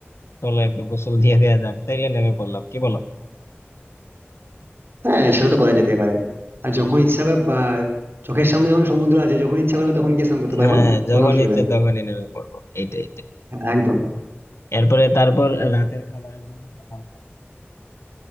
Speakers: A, on the left (about 75°); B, on the right (about 55°).
A: চলো একটু গোসল দিয়ে দেওয়া যাক তাইলে নেমে পড়লাম কি বলো
B: হ্যাঁ সেটা তো করা যেতে পারে আর যখন ইচ্ছা হবে বা চোখের সামনে যখন সমুদ্র আছে যখন ইচ্ছা করবে তখন গিয়ে স্নান করতে পারবো
A: হ্যাঁ
B: না
A: যখন
B: কোনো অসুবিধা
A: ইচ্ছে
B: নেই
A: তখনই নেমে পড়বো এইটাই
B: হ্যাঁ, একদম
A: এরপরে তারপর রাতের খাবারের জন্য একটা ভালো তারিখ